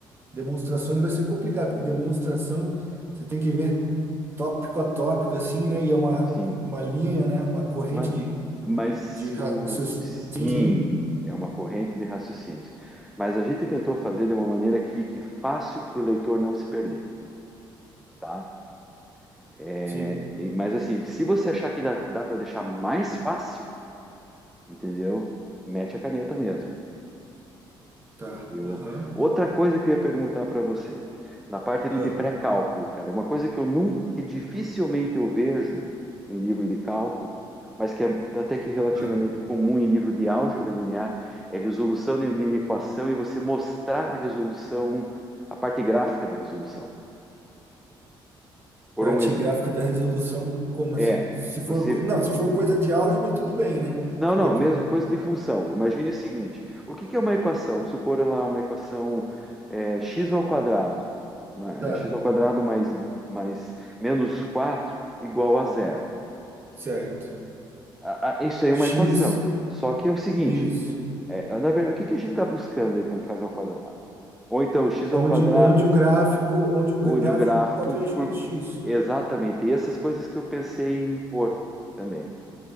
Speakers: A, on the right; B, in the centre.
A: demonstrações vai ser complicado, porque demonstração você tem que ver tópico a tópico, assim, né? E é uma,
B: sim.
A: é uma linha, né? Uma corrente
B: Mas,
A: de,
B: mas
A: de raciocínio.
B: o sim
A: Sim,
B: é uma corrente de raciocínios. Mas a gente tentou fazer de uma maneira que fique fácil para o leitor não se perder, tá? É,
A: sim,
B: e- mas assim, se você achar que dá, dá para deixar mais fácil, entendeu? Mete a caneta mesmo.
A: tá.
B: Porque eu...
A: Aham.
B: Outra coisa que eu ia perguntar para você, na parte de,
A: ah,
B: de pré-cálculo, cara, uma coisa que eu nunca, que dificilmente eu vejo em livro de cálculo, mas que é até que relativamente
A: ah.
B: comum em livro de álgebra linear, é resolução de, de equação e você mostrar a resolução, a parte gráfica da resolução. Por
A: Parte
B: um exemplo,
A: gráfica da resolução, como
B: é,
A: assim? Se for,
B: você
A: co- não, se for coisa de álgebra, tudo bem, né?
B: Não,
A: Você
B: não,
A: pode,
B: mesma coisa de função. Imagine o seguinte: o que que é uma equação? Vamos supor ela é uma equação é, x ao quadrado, uma-
A: tá,
B: né, x ao quadrado mais, mais menos 4 igual a zero.
A: certo.
B: A- a- isso aí é
A: X,
B: uma equação. Só que é o seguinte:
A: isso.
B: é, na verdade, o que que a gente está buscando aí quando faz ao quadrado? Ou então x
A: Onde,
B: ao quadrado,
A: onde o gráfico, onde o
B: onde
A: gráfico
B: o gráfico
A: corta o eixo
B: cur-
A: do X.
B: exatamente e essas coisas que eu pensei em pôr também.